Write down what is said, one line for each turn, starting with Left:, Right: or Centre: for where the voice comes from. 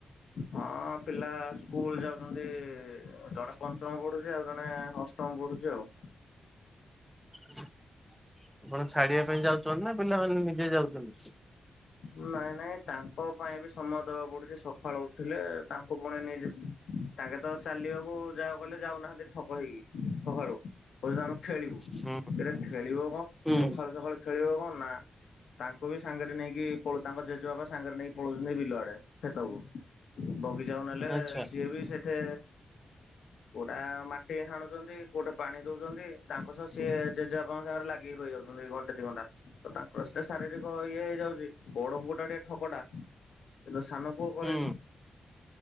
Left: ହଁ ପିଲା ସ୍କୁଲ୍ ଯାଉଛନ୍ତି, ଜଣେ ପଞ୍ଚମ ପଢ଼ୁଚି, ଆଉ ଜଣେ ଅଷ୍ଟମ ପଢ଼ୁଚି ଆଉ।
Centre: ଆପଣ ଛାଡିବା ପାଇଁ ଯାଉଚନ୍ତି ନା ପିଲାମାନେ ନିଜେ ଯାଉଚନ୍ତି?
Left: ନାଇଁ ନାଇଁ ତାଙ୍କ ପାଇଁ ବି ସମୟ ଦବାକୁ ପଡୁଚି। ସଖାଳୁ ଉଠିଲେ ତାଙ୍କୁ ପୁଣି ନେଇଯି ତାଙ୍କର ତ ଚାଲିବାକୁ ଯାଅ କହିଲେ ଯାଉନାହାନ୍ତି ଠକ ହେଇକି ସକାଳୁ। କହୁଚନ୍ତି ଆମେ ଖେଳିବୁ।
Centre: ହୁଁ
Left: ସେଟା ଖେଳିବ କଣ?
Centre: ହୁଁ
Left: ସଖାଳୁ ସଖାଳୁ ଖେଳିବ କଣ ନା ତାଙ୍କୁ ବି ସାଙ୍ଗରେ ନେଇ କି ପଳ ତାଙ୍କ ଜେଜେବାପା ସାଙ୍ଗରେ ନେଇକି ପଳଉଚନ୍ତି ବିଲ ଆଡେ ଖେତକୁ। ବଗିଚାକୁ ନେଲେ
Centre: ଆଚ୍ଛା
Left: ସିଏ ବି ସେଠେ କୋଉଟା ମାଟି ହାଣୁଚନ୍ତି, କୋଉଟା ପାଣି ଦୋଉଚନ୍ତି, ତାଙ୍କ ସହ ସିଏ ଜେଜେବାପାଙ୍କ ସାଙ୍ଗରେ ଲା ଗି ରହି ଯାଉଛନ୍ତି, ଏ ଘଣ୍ଟେ ଦି ଘଣ୍ଟା ତ ତାଙ୍କର ସେଇଟା ଶାରୀରିକ ଇଏ ହେଇଯାଉଚି। ବଡ଼ ପୁଅ ଟା ଟିକେ ଠକଟା। କିନ୍ତୁ ସାନ ପୁଅ କରେ
Centre: ହୁଁ।